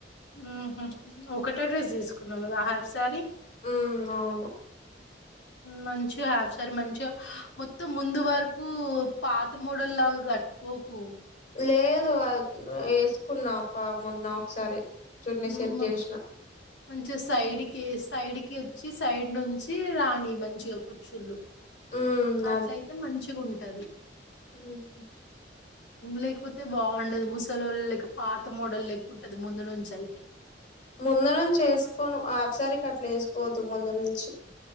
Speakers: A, on the left (about 85°); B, on the left (about 45°).
A: మ్మ్ హ్ ఒకటే డ్రెస్ తీసుకున్నావు కదా అ హాఫ్ సారీ
B: మ్మ్ అవును
A: మంచిగా హాఫ్ సారీ మంచిగా మొత్తం ముందు వరకు పాత మోడల్ లాగా కట్టు కోకు
B: లేదు అది వేసుకున్నా మొన్న ఒకసారి చున్నీ సెట్
A: ఉమ్మా
B: చేసిన
A: కొంచెం సైడ్కి సైడ్ కి వచ్చి సైడ్ నుంచి వచ్చి రానియ్ మంచిగా కుచ్చులు
B: ఉమ్
A: అట్లయితే మంచిగా ఉంటది
B: మ్మ్ హ్
A: లేకపోతే బాగుండదు ముసలి వాళ్ళ లేక్క పాత మోడలు లెక్క ఉంటది ముందు నుంచి అయితే పి
B: ముందు నుంచి వేసుకోను హాఫ్ సారీకి అట్ల వేసుకోవద్దు ముందు నుంచి